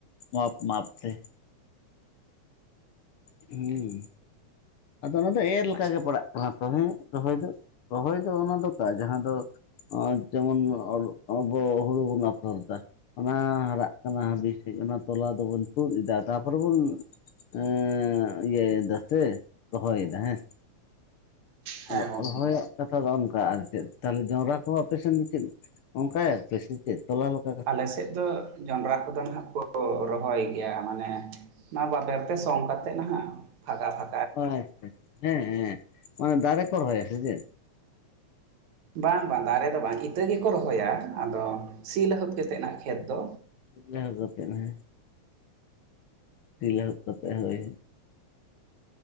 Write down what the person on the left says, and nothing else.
ᱢᱟᱯ ᱢᱟᱯ ᱛᱮ ᱦᱩᱸ᱾ ᱟᱫᱚ ᱚᱱᱟ ᱫᱚ ᱮᱨ ᱞᱮᱠᱟᱜᱮ
ᱯᱟᱲᱟᱜ ᱠᱟᱱᱟ ᱛᱚ ᱦᱮᱸ ᱨᱚᱦᱚᱭ ᱫᱚ ᱨᱚᱦᱚᱭ ᱫᱚ ᱚᱱᱟ ᱫᱚᱠᱚ ᱡᱟᱦᱟᱸ ᱫᱚ ᱚᱸ ᱡᱮᱢᱚᱱ ᱟᱵᱚ ᱦᱩᱲᱩ ᱵᱚᱱ ᱟᱯᱷᱚᱨᱫᱟ, ᱚᱱᱟ ᱦᱟᱨᱟᱜ ᱠᱟᱱᱟ ᱦᱟᱸᱜ ᱵᱮᱥ ᱴᱷᱤᱠ ᱚᱱᱟ ᱛᱚᱞᱟ ᱫᱚᱵᱚᱱ ᱛᱩᱫ ᱮᱫᱟ ᱛᱟᱨᱯᱚᱨᱮ ᱵᱚᱱ ᱮᱸᱻ ᱤᱭᱟ ᱫᱟᱥᱮ ᱨᱚᱦᱚᱭᱫᱟ ᱦᱮᱸ
ᱟᱫᱚ
ᱨᱚᱦᱚᱭᱟᱜ ᱠᱟᱛᱷᱟ ᱫᱚ ᱚᱱᱠᱟ ᱟᱨ ᱪᱮᱫ ᱛᱟᱦᱚᱞᱮ ᱡᱚᱱᱰᱨᱟ ᱠᱚᱦᱚᱸ ᱟᱯᱮᱥᱮᱱᱫ ᱫᱚ ᱪᱮᱫ ᱚᱱᱠᱟᱭ ᱟᱯ ᱥᱮ ᱪᱮᱫ ᱛᱚᱞᱟ ᱞᱮ
ᱟᱪᱪᱷᱟ ᱟᱪᱪᱷᱟ ᱦᱮᱸ ᱦᱮᱸ ᱚᱱᱮ ᱫᱟᱨᱮ ᱠᱚ ᱨᱚᱦᱚᱭᱟ ᱥᱮᱪᱮᱫ?
ᱡᱷᱟᱣ ᱠᱟᱛᱮᱫ ᱦᱮᱸ? ᱥᱤ ᱞᱟᱹᱦᱩᱫ ᱠᱟᱛᱮᱜ ᱦᱳᱭ᱾